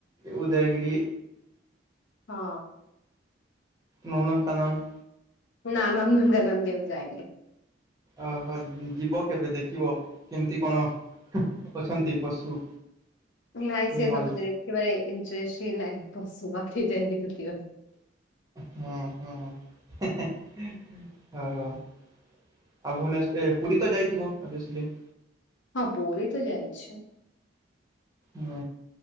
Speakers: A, on the right; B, on the left.
A: ଉଦୟଗିରି
B: ହଁ
A: ନନ୍ଦନକାନନ
B: ନାଁ ନନ୍ଦନକାନନ କେବେ ଯାଇନି।
A: ଓହୋ ଯିବ କେବେ ଦେଖିବ କେମିତି କଣ? ଅଛନ୍ତି ପଶୁ
B: ନାଇଁ
A: ଏନିମଲ୍ସ
B: ସେ ସବୁ ଦେଖିବା ଇଣ୍ଟରେଷ୍ଟ୍ ହିଁ ନାହିଁ ପଶୁପକ୍ଷୀ ଯାଇକି ଦେଖିବା
A: ହୁଁ ହୁଁ ହଉହଉ ଆଉ ଭୁବ୍ନେଶ୍ୱର୍ ଏ ପୁରୀ ତ ଯାଇଥିବ ଓଭିଓସ୍ଲି
B: ହଁ ପୁରୀ ତ ଯାଇଛୋ।
A: ହୁଁ